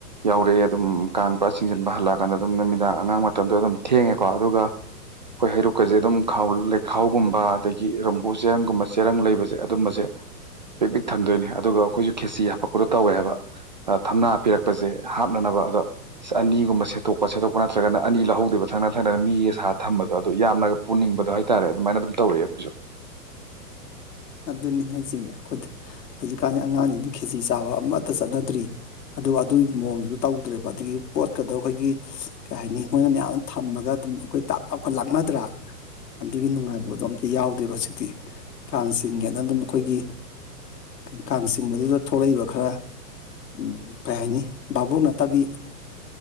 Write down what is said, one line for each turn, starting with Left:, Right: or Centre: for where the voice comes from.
Right: ꯌꯥꯎꯔꯛꯑꯦ ꯑꯗꯨꯝ ꯀꯥꯡ <unintelligible> ꯕꯥ ꯍꯜꯂꯛꯑꯀꯥꯟꯗ ꯑꯗꯨꯝ ꯅꯨꯃꯤꯗꯥꯡ ꯑꯉꯥꯡ ꯃꯇꯝꯗꯣ ꯑꯗꯨꯝ ꯊꯦꯡꯉꯦꯀꯣ ꯑꯗꯨꯒ ꯍꯣꯏ ꯍꯩꯔꯨꯛꯀꯁꯦ ꯑꯗꯨꯝ ꯂꯩꯈꯥꯎꯒꯨꯝꯕ ꯑꯗꯒꯤ ꯔꯣꯝꯕꯣ ꯆꯦꯔꯪꯒꯨꯝꯕ ꯆꯦꯔꯪ ꯂꯩꯕꯁꯦ ꯑꯗꯨꯝꯕꯁꯦ ꯄꯤꯛ ꯄꯤꯛ ꯊꯝꯗꯣꯏꯅꯦ ꯑꯗꯨꯒ ꯑꯩꯈꯣꯏꯁꯨ ꯈꯦꯁꯤ ꯍꯥꯄꯛꯄꯗ ꯇꯧꯋꯦ ꯍꯥꯏꯕ ꯑꯥ ꯊꯝꯅꯥ ꯄꯤꯔꯛꯄꯁꯦ ꯍꯥꯞꯅꯅꯕ ꯑꯗꯣ ꯑꯅꯤꯒꯨꯝꯕ ꯁꯦꯠꯇꯣꯛꯄ ꯁꯦꯠꯇꯣꯛꯄ ꯅꯠꯇ꯭ꯔꯒꯅ ꯑꯅꯤ ꯂꯧꯍꯧꯗꯦꯕ ꯊꯪꯅ ꯊꯪꯅꯅ ꯃꯤꯒꯤ ꯑꯁꯥ ꯊꯝꯕꯗꯣ ꯑꯗꯨ ꯌꯥꯝꯅꯒ ꯄꯨꯅꯤꯡꯕꯗꯣ ꯍꯥꯏ ꯇꯥꯔꯦ ꯑꯗꯨꯃꯅ ꯑꯗꯨꯝ ꯇꯧꯔꯛꯏ ꯑꯩꯈꯣꯏꯁꯨ
Left: ꯑꯗꯨꯅꯤ ꯍꯥꯏꯁꯦ ꯑꯩꯈꯣꯏꯗ ꯍꯧꯖꯤꯛꯀꯥꯟꯒꯤ ꯑꯉꯥꯡꯁꯤꯡꯗꯤ ꯈꯦꯖꯤ ꯆꯥꯕ ꯑꯃꯠꯇ ꯆꯠꯅꯗ꯭ꯔꯤ ꯑꯗꯨ ꯑꯗꯨꯒꯤ ꯃꯑꯣꯡꯗꯨꯁꯨ ꯇꯧꯗ꯭ꯔꯦꯕ ꯑꯗꯒꯤ ꯄꯣꯠꯀꯗꯣ ꯑꯩꯈꯣꯏꯒꯤ ꯀꯩ ꯍꯥꯏꯅꯤ ꯃꯣꯏꯅ ꯃꯌꯥꯝ ꯊꯝꯃꯒ ꯑꯗꯨꯝ ꯑꯩꯈꯣꯏ ꯇꯥꯞ ꯇꯥꯞꯀ ꯂꯥꯛꯅꯗ꯭ꯔꯥ ꯑꯗꯨꯒꯤ ꯅꯨꯡꯉꯥꯏꯕꯗꯣ ꯑꯝꯇ ꯌꯥꯎꯗ꯭ꯔꯦꯕ ꯍꯧꯖꯤꯛꯇꯤ ꯀꯥꯟꯁꯦ ꯆꯤꯡꯒꯦꯅ ꯑꯗꯨꯝ ꯑꯩꯈꯣꯏꯒꯤ ꯀꯥꯡ ꯆꯤꯡꯕꯗꯨꯗ ꯊꯣꯛꯂꯛꯏꯕ ꯈꯔ ꯎꯝ ꯀꯩ ꯍꯥꯏꯅꯤ ꯚꯥꯕꯣꯛ ꯅꯠꯇꯕꯤ